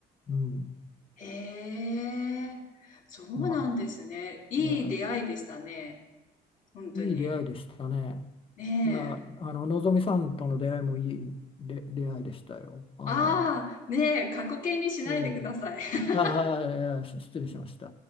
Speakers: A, on the left; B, on the left.
A: うん。
B: ええ、そうなんですね。
A: ま
B: いい出会いでしたね。
A: あ、えー
B: 本当に。
A: いい出会いでしたね。
B: ねえ。
A: いや、あの、のぞみさんとの出会いもいいで出会いでしたよ。あの、
B: ああ、ねえ、過去形にしないでください。
A: ええ
B: <laughs>
A: ああ、ええし失礼しました。